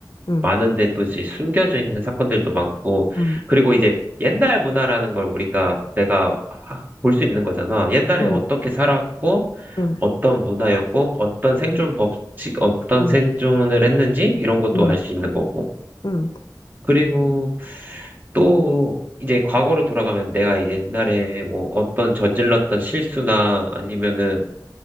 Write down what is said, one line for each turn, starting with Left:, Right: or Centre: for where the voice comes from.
Left: 응,
Right: 많은데 또 이제 숨겨져 있는 사건들도 많고,
Left: 응,
Right: 그리고 이제 옛날 문화라는 걸 우리가, 내가 아, 볼수 있는 거잖아. 옛날에
Left: 응,
Right: 어떻게 살았고,
Left: 응, 응,
Right: 어떤 문화였고, 어떤 생존
Left: 응,
Right: 법칙, 어떤
Left: 응,
Right: 생존을 했는지, 이런 것도
Left: 응,
Right: 알 수 있는 거고.
Left: 응,
Right: 그리고 또 이제 과거로 돌아가면 내가 옛날에 뭐 어떤 저질렀던 실수나 아니면은